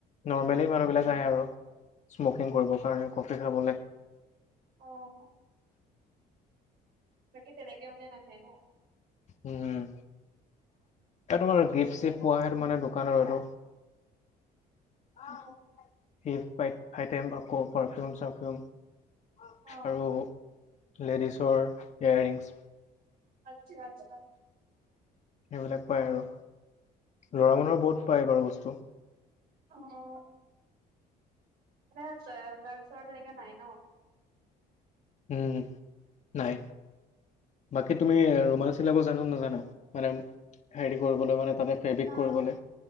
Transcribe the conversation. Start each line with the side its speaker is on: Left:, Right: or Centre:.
Left: নৰ্মেলি মানুহবিলাক আহে আৰু স্মকিং কৰিবৰ
Right: অ
Left: কাৰণে, ক'ফি খাবলে।
Right: অ' বাকী তেনেকে মানে নাহে ন?
Left: উম, এই তোমাৰ
Right: আচ্ছা
Left: গিপ-চিপ পোৱা সেইটো মানে দোকানৰ এইটো।
Right: অ
Left: সি ফাই টাইম আকৌ পাৰফিউম চাৰফিউম আৰু
Right: অ
Left: লেডিছৰ ইয়োৰৰিংছ।
Right: আটচ্ছা আটচ্ছা।
Left: সেইবিলাক পায় আৰু ল'ৰা মানুহৰ বহুত পায় বাৰু বস্তু।
Right: আহ। মানে, গাৰ্লছ তেনেকা নাই ন?
Left: উম নাই। বাকী, তুমি ৰোমাল চিলাব জানানে নাজানা? মানে হেৰি কৰিবলৈ মানে তাতে ফেব্ৰিক
Right: না
Left: কৰিবলে।